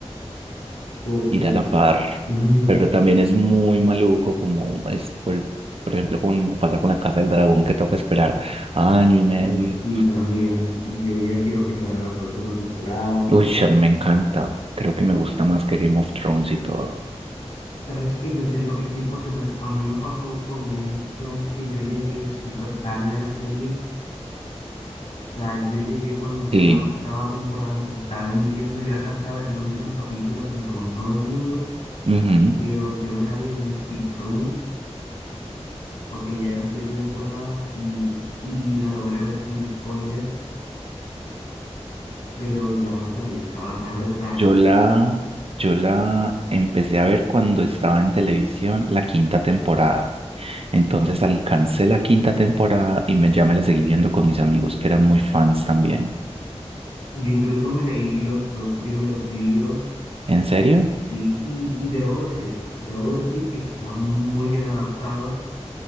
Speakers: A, on the left (about 70°); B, on the right (about 55°).
A: porque,
B: ir a la par.
A: <laughs>
B: Pero también es muy maluco, como es, por, por ejemplo, como pasa con la Casa del Dragón, que toca esperar año y medio.
A: y también yo ya quiero que salga la próxima temporada, porque
B: Uy, a mí me encanta. Creo que me gusta más que Game of Thrones y todo.
A: Sabes que yo siento que sí, porque me- a mí me pasó con Game of Thrones que yo llegué súper tarde a la serie. O sea, yo llegué cuando ya
B: Sí.
A: la octava temporada se estaba emitiendo. Yo alcancé a ver el último capítulo junto con todo el mundo,
B: ujú.
A: pero yo me la vi en un speedrun porque ya eran siete temporadas y, y la logré ver sin spoilers, pero ya, o sea, ya estaba tarde, tarde.
B: Yo la, yo la empecé a ver cuando estaba en televisión la quinta temporada. Entonces alcancé la quinta temporada y me, ya me la seguí viendo con mis amigos que eran muy fans también.
A: Yo incluso me leí los dos primeros libros.
B: ¿En serio?
A: Sí, y, y debo decir, debo decir que está muy bien adaptada